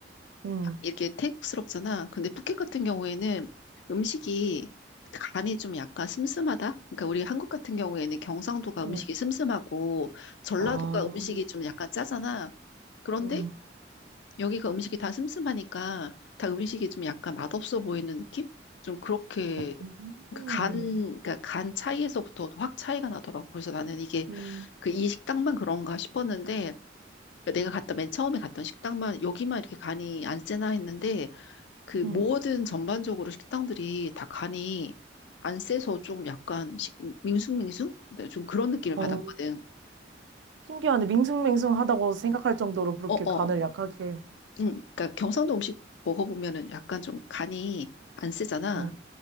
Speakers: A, on the right; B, on the left.
A: 응
B: 딱 이렇게 태국스럽잖아. 근데 푸켓 같은 경우에는 음식이 간이 좀 약간 슴슴하다? 그러니까 우리 한국 같은 경우에는 경상도가
A: 응
B: 음식이 슴슴하고 전라도가
A: 아.
B: 음식이 좀 약간 짜잖아. 그런데
A: 음,
B: 여기가 음식이 다 슴슴하니까 다 음식이 좀 약간 맛없어 보이는 느낌? 좀 그렇게
A: 음,
B: 그러니까 간, 그러니까 간 차이에서부터 확 차이가 나더라고. 그래서 나는 이게
A: 음,
B: 그 이 식당만 그런가 싶었는데 그러니까 내가 갔다 맨 처음에 갔던 식당만 여기만 이렇게 간이 안 세나 했는데 그
A: 음.
B: 모든 전반적으로 식당들이 다 간이 안 세서 좀 약간 식- 밍숭밍숭? 네, 좀 그런 느낌을
A: 어,
B: 받았거든.
A: 신기하네. 밍숭맹숭하다고 생각할 정도로 그렇게
B: 어어.
A: 간을 약하게.
B: 응, 그러니까 경상도 음식 먹어보면은 약간 좀 간이 안 세잖아.
A: 어,